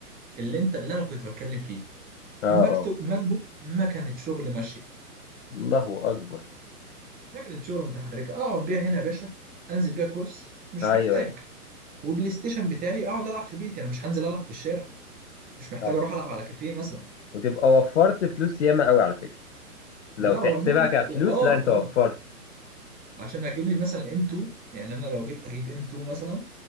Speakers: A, on the right; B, on the left.
A: اللي انت اللي انا كنت بتكلم فيه
B: اه
A: المكتب
B: اه
A: ماك بوك مكنة شغل ماشية
B: الله اكبر
A: مكنة شغل متحركة اقعد بيها هنا يا باشا انزل بيها كورس مش
B: ايوه
A: محتاج
B: ايوه
A: وبلاي ستيشن بتاعي اقعد العب في بيتي انا مش هنزل العب في الشارع مش محتاج
B: صح
A: اروح العب على كافيه مثلا
B: وتبقى وفرت فلوس ياما قوي على فكرة لو
A: لا
B: تحسبها
A: هو الماك بوك
B: كفلوس
A: اه
B: لا انت
A: اه
B: وفرت
A: عشان اجيب لي مثلا ام 2 يعني انا لو جبت هجيب ام 2 مثلا